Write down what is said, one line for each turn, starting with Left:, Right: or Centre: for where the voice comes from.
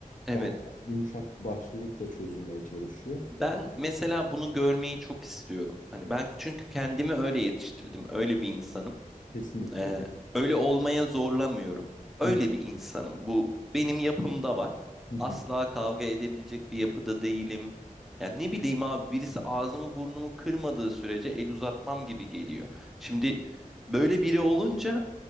Centre: Evet.
Left: daha yumuşak başlılıkla çözülmeye çalışıyor.
Centre: Ben mesela bunu görmeyi çok istiyorum. Hani ben çünkü kendimi öyle yetiştirdim. Öyle bir insanım.
Left: Kesinlikle.
Centre: Ee, öyle olmaya zorlamıyorum. Öyle
Left: Hı hı,
Centre: bir insanım. Bu benim yapımda var.
Left: hı hı,
Centre: Asla kavga edebilecek bir yapıda değilim. Yani ne bileyim abi birisi ağzımı burnumu kırmadığı sürece el uzatmam gibi geliyor. Şimdi böyle biri olunca